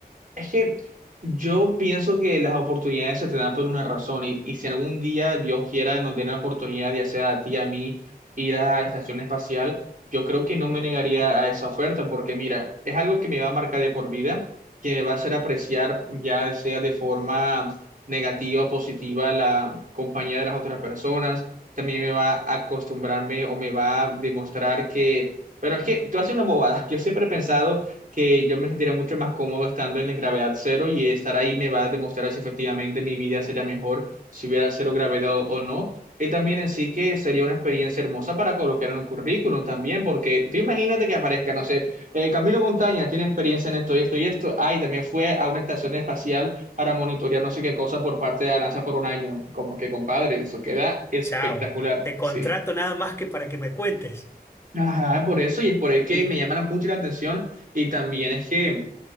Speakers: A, on the right (about 55°); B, on the left (about 15°).
A: Es que yo pienso que las oportunidades se te dan por una razón y, y si algún día Dios quiera nos den la oportunidad, ya sea a ti, a mí, ir a la estación espacial, yo creo que no me negaría a esa oferta porque mira, es algo que me va a marcar de por vida, que me va a hacer apreciar ya sea de forma negativa o positiva la compañía de las otras personas, también me va a acostumbrarme o me va a demostrar que, bueno, es que tú haces una bobada, <laughs> yo siempre he pensado que yo me sentiría mucho más cómodo estando en gravedad cero y estar ahí me va a demostrar si efectivamente mi vida sería mejor si hubiera cero gravedad o, o no. Y también en sí que sería una experiencia hermosa para colocar en un currículum también, porque tú imagínate que aparezca, no sé, eh, Camilo Montaña tiene experiencia en esto y esto y esto, ah, y también fue a una estación espacial para monitorear no sé qué cosa por parte de la NASA por un año. Como que, compadre, eso queda espectacular,
B: chao, te contrato
A: sí.
B: nada más que para que me cuentes.
A: Ajá, por eso, y es por el que
B: Eh,
A: me llamaron mucho la atención, y también es que